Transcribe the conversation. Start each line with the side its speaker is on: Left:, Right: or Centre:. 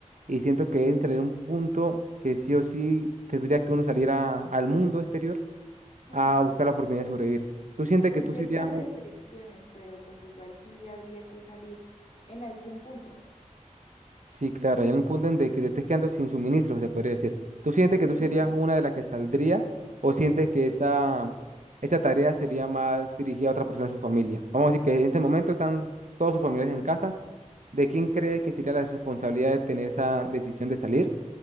Right: y siento que entraré en un punto que sí o sí tendría que uno salir a- al mundo exterior
Left: mm,
Right: a buscar la oportunidad de sobrevivir. ¿Tú sientes
Left: Con
Right: que tú
Left: ciertas
Right: serías un...
Left: restricciones, pero pues igual sí habría que salir en algún punto.
Right: Sí, claro, ya en un punto en de que te estés quedando sin suministros, se podría decir. ¿Tú sientes que
Left: Sí,
Right: tú serías una de las que saldría o sientes que esa, esa tarea sería más dirigida a otra persona de su familia? Vamos a decir que en este momento están todos sus familiares en casa. ¿De quién crees que sería la responsabilidad de tener esa decisión de salir?